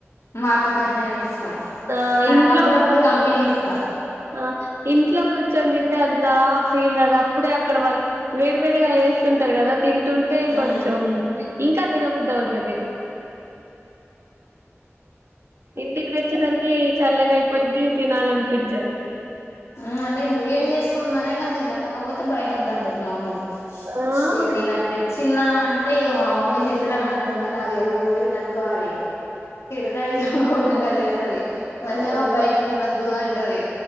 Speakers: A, on the left (about 85°); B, on the right (about 65°).
A: మా అక్క కట్లనే ఇష్టం
B: ఆ
A: తనకుప్పుడప్పుడు
B: ఇంట్లో కు
A: కంపెనీ ఇస్తాం
B: ఆ ఇంట్లో కూర్చొని తింటే అంత ఫీల్ రాదు అప్పుడే అక్కడ వాళ్ళు వేడి వేడిగా వేస్తుంటారు కదా తిన్ టుంటే కొంచం
A: మ్మ్
B: ఇంకా తినబుద్ధ అవుతది ఇంటికి దెచ్చేసరికి చల్లగా అయిపోయిద్ది తినాలనిపించదు
A: ఆ నేను వేడి జేసుకుని మరైనా తింటా కాకపోతే బయట వద్దంటది మా మమ్మీ
B: ఆ
A: ఇగ
B: ఓహ్!
A: నేను అది తెచ్చిన్నా అంటే ఇగ మా మమ్మీ చేతిలో నాకుంది నాకు ఏదో మూడింది అనుకోవాలి ఇగా డుతది ఇది గోరంగా తిడుతది మల్లేమో
B: ఓహ్!
A: బయట తినొద్దు అంటది